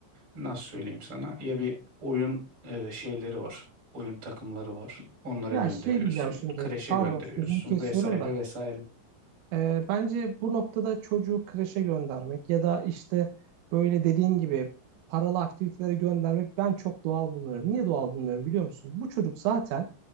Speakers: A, on the right (about 25°); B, on the right (about 80°).
A: Nasıl söyleyeyim sana? Ya bir oyun e, şeyleri var. Oyun takımları var. Onlara
B: Ya
A: gönderiyorsun.
B: şey diyeceğim şimdi
A: Kreşe
B: pardon
A: gönderiyorsun
B: sözünü kesiyorum
A: vesaire
B: da
A: vesaire.
B: e, bence bu noktada çocuğu kreşe göndermek ya da işte böyle dediğin gibi paralı aktivitelere göndermek ben çok doğal bulmuyorum. Niye doğal bulmuyorum biliyor musun? Bu çocuk zaten